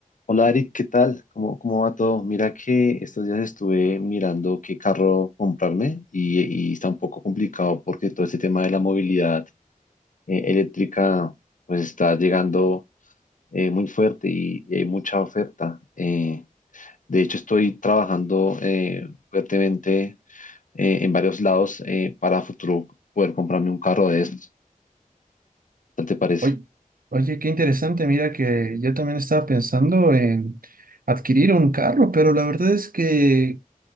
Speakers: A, on the left; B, on the right.
A: Hola Eric, ¿qué tal? ¿Cómo, cómo va todo? Mira que estos días estuve mirando qué carro comprarme y, y está un poco complicado porque todo este tema de la movilidad eh, eléctrica pues está llegando eh, muy fuerte y hay mucha oferta. Eh, de hecho estoy trabajando eh, fuertemente eh, en varios lados eh, para futuro poder comprarme un carro de estos. ¿Qué te parece?
B: Oye, oye, qué interesante, mira que yo también estaba pensando en adquirir un carro, pero la verdad es que